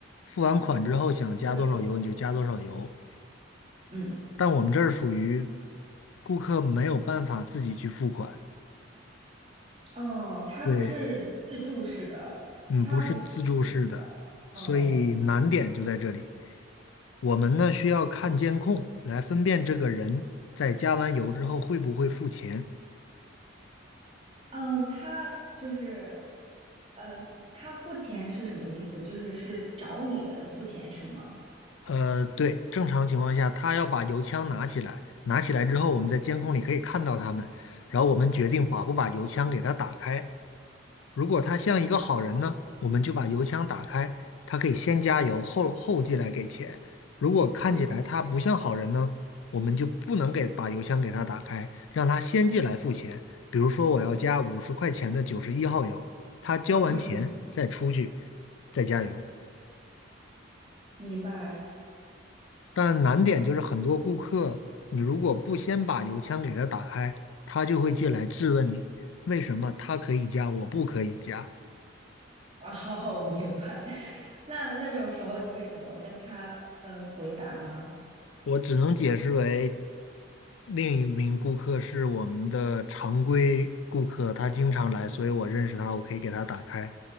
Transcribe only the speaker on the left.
付完款之后想加多少油你就加多少油，
但我们这儿属于顾客没有办法自己去付款。
对，嗯，
不是自助式的，所以难点就在这里。
我们呢需要看监控来分辨这个人在加完油之后会不会付钱。
呃，对，正常情况下他要把油枪拿起来，拿起来之后我们在监控里可以看到他们，然后我们决定把不把油枪给他打开。如果他像一个好人呢，我们就把油枪打开，他可以先加油，后后进来给钱。如果看起来他不像好人呢，
我们就不能给把油枪给他打开，让他先进来付钱。比如说我要加五十块钱的九十一号油，他交完钱再出去
再加油。
但难点就是很多顾客，你如果不先把油枪给他打开，他就会进来质问你为什么他可以加，我不可以加。
我只能解释为，另一名顾客是我们的常规顾客，他经常来，所以我认识他，我可以给他打开。